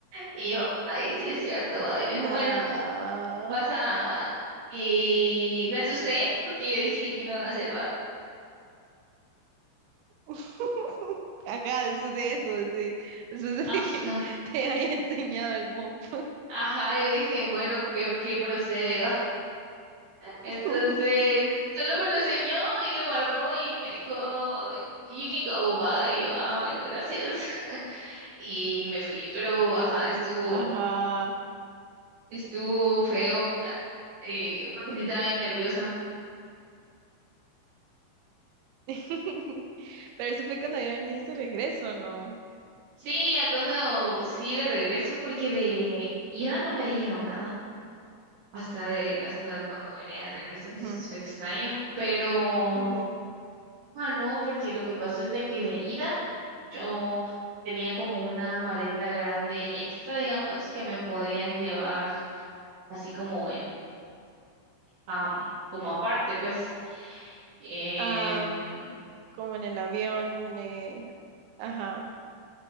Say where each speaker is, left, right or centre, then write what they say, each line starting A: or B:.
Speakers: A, on the right; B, on the right.
A: Y yo, ay, sí es cierto, va. Y me dijo,
B: Ah,
A: bueno, pasa, va". Y me asusté porque yo dije, ¿qué me van a hacer, va?
B: <laughs> ajá, después de eso, de- después
A: Ajá,
B: de que te haya enseñado el bomb.
A: ajá, yo dije, bueno, ¿qué, qué procede, Entonces,
B: <laughs>
A: solo me lo enseñó y lo guardó y me dijo, You can go, bye. Y yo, ah, bueno, gracias. <laughs> Y me fui, pero ajá, estuvo,
B: Ajá.
A: estuvo feo, ah, eh, porque sí estaba bien nerviosa.
B: <laughs> Pero eso fue cuando ya venías de regreso, ¿no?
A: Sí, ya cuando, sí, de regreso, porque de ida no me dijeron nada. Hasta de, hasta cuando venía de regreso, entonces
B: Ujú,
A: fue extraño. Pero,
B: ujú.
A: ah, no, porque lo que pasó es de que de ida. Yo tenía como una maleta grande extra, digamos, que me podían llevar así como en, am, como aparte, pues. Em,
B: Am, como en el avión, eh, ajá.